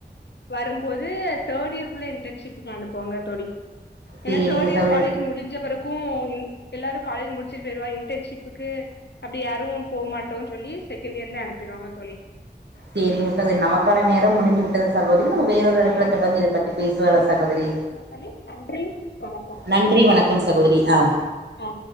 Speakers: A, on the left (about 70°); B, on the right (about 70°).
A: வரும்போது தேர்ட் இயர்க்குள்ள இன்டர்ன்ஷிப்புக்கு அனுப்புவாங்க தோழி
B: சேரிங்க
A: ஏன்னா தேர்ட் இயர்
B: சகோதரி
A: காலேஜ் முடிஞ்ச பிறக்கு ம் எல்லாரும் காலேஜ் முடிச்சுட்டு போயிருவா இன்டர்ன்ஷிப்புக்கு அப்டி யாரும் போமாட்டோம்னு சொல்லி செகண்ட் இயர்ல அனுப்பிறுவாங்க தோழி
B: சேரிங்கா சகோதரி நமக்கான நேரம் முடிந்து விட்டது ச சகோதரி நம்ம வேறொரு இணைப்புல
A: ஆமா
B: தொடர்ந்து இதப் பத்தி பேசலாம் சகோதரி
A: தோழி நன்றி வணக்கம்
B: நன்றி வணக்கம் சகோதரி அஹ்
A: ஆ ஆ